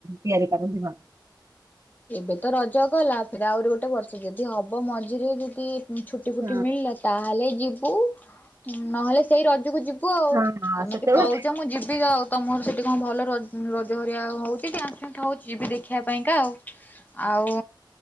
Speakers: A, on the right; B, on the left.
A: ତିଆରି କରିବା ବିବା
B: ଏବେ ତ ରଜ ଗଲା ଫେରେ ଆହୁରି ଗୋଟେ ବର୍ଷ ଯଦି ହବ ମଝିରେ ଯଦି ଛୁଟି ଫୁଟି
A: ହଁ।
B: ମିଳିଲା ତାହେଲେ ଯିବୁ ନହେଲେ ସେଇ ରଜକୁ ଯିବୁ ଆଉ
A: ହଁ ହଁ
B: ତମେ
A: ସେତେବେଳେ
B: ଟ କହୁଛ ମୁଁ ଯିବି ଆଉ ତମ ଘରଠ େ କଣ ଭଲ ରଜହରଆ ହଉଛି ଯ୍ୟାନ୍ସ ଫାନ୍ସ ହଉଛି ଯିବି ଦେଖିବା ପାଇଁକା ଆଉ ଆଉ